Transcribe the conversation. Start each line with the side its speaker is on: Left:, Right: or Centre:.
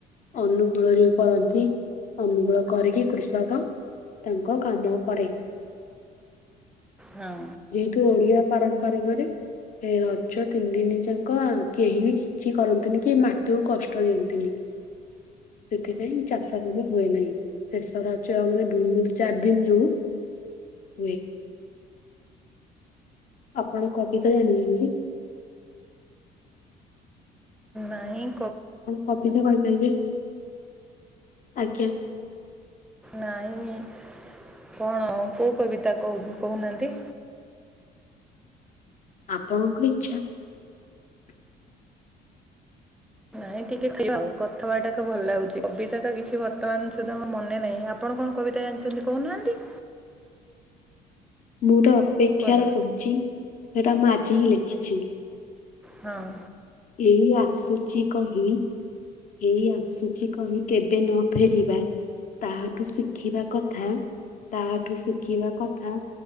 Left: ଅନୁକୂଳ ଯାଇ କରନ୍ତି, ଅନୁକୂଳ କରିକି କୃଷକ ତାଙ୍କ କାମ <unintelligible>
Centre: ହଁ।
Left: ଯେହେତୁ ଓଡିଆ ପାରମ୍ପାରିକରେ ଏ ରଜ ତିନି ଦିନି ଯାକ ଆଗେ କିଛି କରନ୍ତିନି କି ମାଟିକୁ କଷ୍ଟ ଦିଅନ୍ତିନି। ସେଥିପାଇଁ ଚାଷ କାମ ହୁଏ ନାହିଁ। ଶେଷରଜ ଆଉ <unintelligible> ଚାରି ଦିନ ଯୋଉ ହୁଏ। ଆପଣ କବିତା ଜାଣିଛନ୍ତି?
Centre: ନାଇ
Left: ଆପଣ କବିତା କହିପାରିବେ? ଆଜ୍ଞା
Centre: ନାଇଁ। କଣ କୋଉ କବିତା କହୁ କହୁନାହାନ୍ତି?
Left: ଆପଣଙ୍କ ଇଚ୍ଛା।
Centre: ନାଇଁ ଟିକେ ଥିଲା ଆଉ କଥାବାର୍ତ୍ତା ତ ଭଲ ଲାଗୁଛି, କବିତା ତ କିଛି ବର୍ତ୍ତମାନ ସୁଦ୍ଧା ମୋର ମନେ ନାହିଁ, ଆ- ଆପଣ କଣ କବିତା ଜାଣିଛନ୍ତି କହୁନାହାନ୍ତି?
Left: ମୁଁ ତ ଅପେକ୍ଷାରେ
Centre: କୁହନ୍ତୁ
Left: କହୁଛି ସେଟା ମୁଁ ଆଜି ହିଁ ଲେଖିଛି।
Centre: ହଁ।
Left: ଏଇ ଆସୁଛି କହି ଏଇ ଆସୁଛି କହି କେବେ ନ ଫେରି ତାହାଠୁ ଶିଖିବା କଥା, ତାହାଠୁ ଶିଖିବା କଥା।